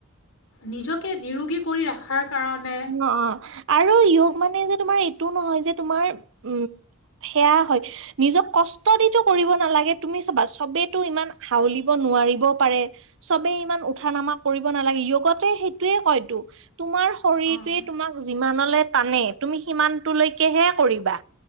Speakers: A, on the left (about 65°); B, on the right (about 60°).
A: নিজকে নিৰোগী কৰি ৰাখ ৰখাৰ কাৰণে
B: অ' অ', আৰু য়োগ মানে যে তোমাৰ এইটোও নহয় যে তোমাৰ উম সেয়া হয়, নিজক কষ্ট উষ্টাডিটো কৰিব নালাগে, তুমি চাবা, চবেতো ইমান হাউলিব নোৱাৰিব পাৰে। চবেই ইমান উঠা নামা কৰিব নালাগে, য়োগতোৱে সেইটোয়ে কয়তো, তোমাৰ শৰীৰটোৱে
A: অঁ
B: তোমাক যিমানলে টানে, তুমি সিমানটোলৈকেহে কৰিবা।